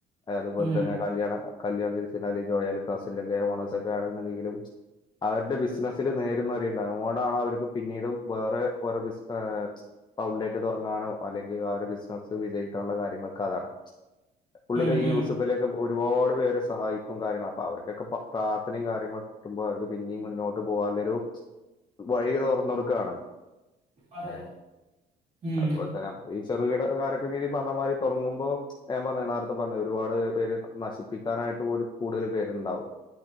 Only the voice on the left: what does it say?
അതുപോലെ
തന്നെ കല്യാണം കല്യാണം സിൽസിലെ അലി ജോാല <unintelligible> ഒക്കെ ആണെന്നുണ്ടെങ്കിലും അവരുടെ ബിസിനസിൽ നേരും നെറിണ്ടാവും അതുകൊണ്ടാണ് അവർക്ക് പിന്നീടും വേറെ ഓരോ ബിസ് പൗൺലേറ്റ് തുറങ്ങാനോ അല്ലെങ്കിൽ ആ ഒരു ബിസിനസ്സ് വിജയിക്കാനുള്ള കാര്യങ്ങളൊക്കെ അതാണ് പുള്ളി
ഈ
യൂസ്ഫലിക്കെ ഒരുപാട് പേരെ സഹായിക്കും കാര്യങ്ങള അപ്പ അവരുടെക്കെ പ്രാർഥനയും കാര്യങ്ങളൊക്കെ കിട്ടുമ്പോ അവർക്ക് പിന്നേം മുന്നോട്ട് പോവാള്ളൊരു വഴി തൊർന്നൊട്ക്കലാണ്
എ
അതുപോലെത്തെന്നെ ഈ ചെറുകിട കാരക്കീ പറഞ്ഞമാരി തൊടങ്ങു മ്പോ ഞാൻ പർഞ് നേരത്തെ പർഞ് ഒരുപാട് പേര് നശിപ്പിക്കാനായിട്ടോര് കൂടുതൽ പേര്ണ്ടാവും